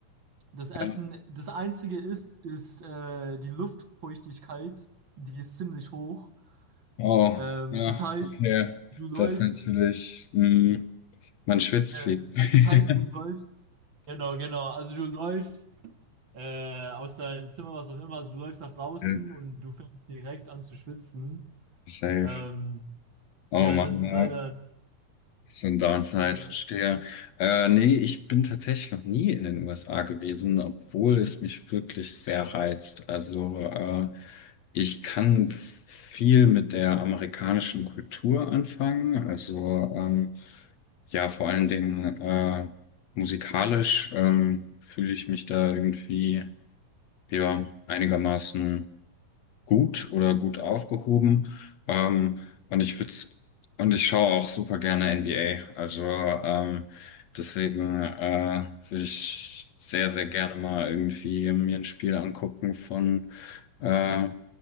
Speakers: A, on the right; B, on the left.
A: das Essen.
B: Ja.
A: Das Einzige ist, ist äh, die Luftfeuchtigkeit, die ist ziemlich hoch.
B: Oh,
A: Ähm,
B: ja,
A: das heißt,
B: okay.
A: du läufst,
B: Das ist natürlich, hm, man schwitzt
A: äh,
B: viel. <laughs>
A: das heißt, du läufst, genau, genau, also du läufst äh, aus deinem Zimmer, was auch immer, also du läufst nach draußen
B: Ja,
A: und du fängst direkt an zu schwitzen.
B: Safe.
A: Ähm,
B: Oh
A: ja,
B: Mann,
A: das ist
B: ja.
A: leider,
B: So ein Downside,
A: ja,
B: verstehe. Äh, nee, ich bin tatsächlich noch nie in den USA gewesen, obwohl es mich wirklich sehr reizt. Also äh, ich kann viel mit der amerikanischen Kultur anfangen. Also ähm, ja, vor allen Dingen äh, musikalisch ähm, fühle ich mich da irgendwie ja, einigermaßen gut oder gut aufgehoben. Ähm, und ich würde und ich schaue auch super gerne NBA. Also ähm, deswegen äh, würde ich sehr, sehr gerne mal irgendwie mir ein Spiel angucken von äh,